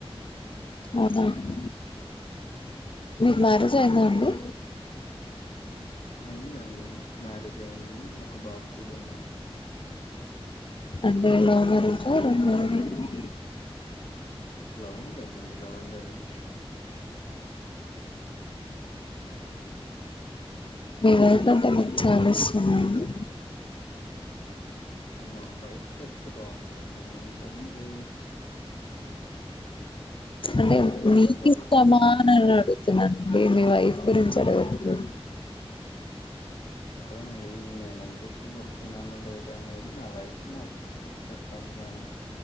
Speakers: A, on the left; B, on the left.
A: వద్దా అండి <unintelligible> మీకు మ్యారేజ్ అయిందా అండి
B: అయిందండి మ్యారేజ్ అయింది ఒక బాబు కూడా ఉన్నాడు.
A: అంటే లవ్ మ్యారేజ్ ఆ అరేంజ్ మ్యారేజ్ ఆ
B: హలో రజండి లవండి అ ఫ్రెంచ్
A: మీ వైఫ్ అంటే మీకు చాలా ఇష్టమా అండీ
B: అది మా వైఫ్ చెప్తే బాగుంటందండి నేను చెప్ ఏ
A: అంటే
B: సెల్ఫ్
A: మీకు
B: డబ్బా
A: ఇష్టమా
B: కొట్టుకున్నట్టు.
A: అని అడుగుతున్నానుండి మీ వైఫ్ గురించి అడగకపో <inaudible>
B: అదే అండి నేను ఎంత ఇష్టపడుతున్నాను లేదు అనేది నా వైఫ్ నాకు చెప్ ఇప్పుడు చెప్పాలి గాని